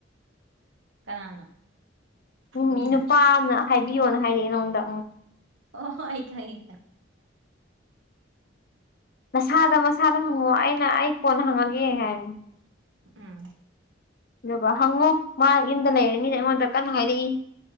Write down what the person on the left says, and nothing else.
ꯎꯝ
ꯅꯨꯄꯥ ꯑꯃꯅ ꯍꯥꯏꯕꯤꯌꯣꯅ ꯍꯥꯏꯔꯛꯑꯦ ꯑꯩꯉꯣꯟꯗ
ꯅꯁꯥꯗ ꯃꯁꯥꯗ ꯍꯪꯉꯑꯣ ꯑꯩꯅ ꯑꯩ ꯀꯣꯟꯅ ꯍꯪꯉꯒꯦ ꯍꯥꯏ
ꯑꯗꯨꯒ ꯍꯪꯉꯣ ꯃꯥ ꯌꯨꯝꯗ ꯂꯩꯔꯅꯤꯅ ꯑꯩꯉꯣꯟꯗ ꯀꯟꯅ ꯍꯥꯏꯔꯛꯏ꯫